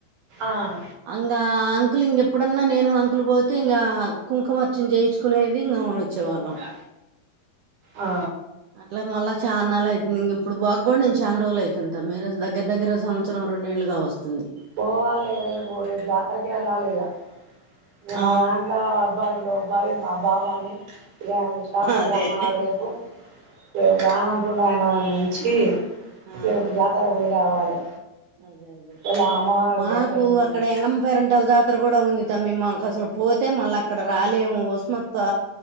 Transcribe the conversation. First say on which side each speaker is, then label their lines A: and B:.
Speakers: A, on the right; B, on the right.
A: ఆ
B: అంగ అంకులు ఇంకెప్పుడన్నా నేను అంకులు పోతే ఇంకా కుంకుమార్చన చేయిచుకునేది ఇంగ చ్చేవాళ్ళం
A: వస్తుందా ఆ
B: అట్లే మళ్ళ చాన్నళ్ళు అయితుంది ఇంగిప్పుడు పొకూడా నేను చానా రోజులు అయితుంది మీరే దగ్గర దగ్గర సంవత్సరం రెండేళ్లు కావస్తుంది
A: పోవాలే రేపు రేపు జాతరకి ఎళ్లాలే ఇగ ఇంగ మా
B: ఆ
A: దాంట్లో అబ్బాయి ఉండే అబ్బాయి మబ్బబా అని ఇగ ఆయన్ని షాపులోకి
B: అదే
A: రమ్మనాలి రేపు రేపు రానుంటుండు ఆయన వానుంచి
B: ఆ
A: రేపు జాతరకి పోయి రావాలి
B: అదే అదే
A: ఇలా అమ్మవారి
B: మాకు
A: జాతర మరిగా
B: అక్కడ ఎంగమ్మ పేరంటల జాతర కూడా ఉంది తమ్మి మాకు అసలు పోతే మళ్ళా అక్కడ రాలేము ఉస్మాత్